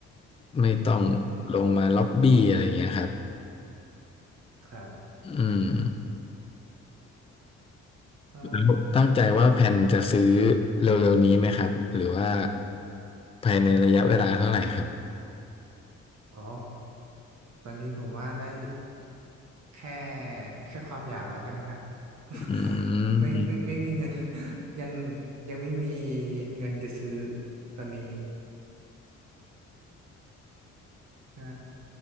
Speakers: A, on the left; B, on the right.
A: ไม่ต้อง
B: อืม
A: ลงมาล็อบบี้อะไรเงี้ยครับ
B: ครับ
A: อืม
B: แล้ว
A: แล้วตั้งใจว่าแผนจะซื้อเร็วๆนี้ไหมครับหรือว่าภายในระยะเวลาเท่าไหร่ครับ
B: อ๋อตอนนี้ผมว่านะ แค่แค่ความอยากแล้วกันค่ะ <laughs>
A: อืม
B: ไม่ไม่ไม่มีเงิน <laughs> ยังยังไม่มีเงินจะซื้อตอนนี้ใช่